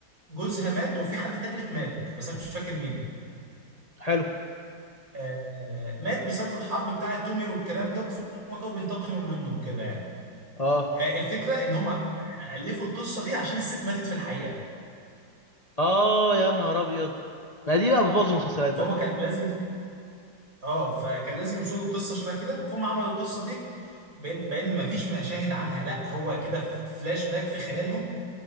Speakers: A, on the right; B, on the left.
A: جوزها مات وفي حد تالت مات بس انا مش فاكر مين
B: حلو
A: آه، آه، مات بسبب الحرب بتاعة تومي والكلام ده فهم كانوا بينتقموا منه وكده يعني
B: اه
A: آه، الفكرة ان هم ألفوا القصة دي عشان الست ماتت في الحقيقة
B: اه يا نهار ابيض ما دي بقى بتبوظ المسلسلات
A: فهم
B: بقى دي
A: كان لازم اه فكان لازم يوصلوا القصة شبه كده فهم عملوا القصة دي بان بان مفيش مشاهد عنها لا هو كده فلاش باك في خيالهم